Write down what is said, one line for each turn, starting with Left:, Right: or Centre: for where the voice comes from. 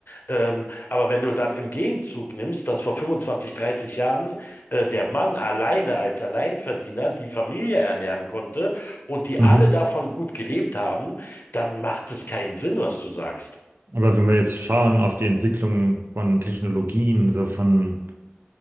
Left: Ähm, aber wenn du dann im Gegenzug nimmst, dass vor 25, 30 Jahren äh, der Mann alleine als Alleinverdiener die Familie ernähren konnte und die
Right: Mhm.
Left: alle davon gut gelebt haben, dann macht es keinen Sinn, was du sagst.
Right: Aber wenn wir jetzt schauen auf die Entwicklung von Technologien, so von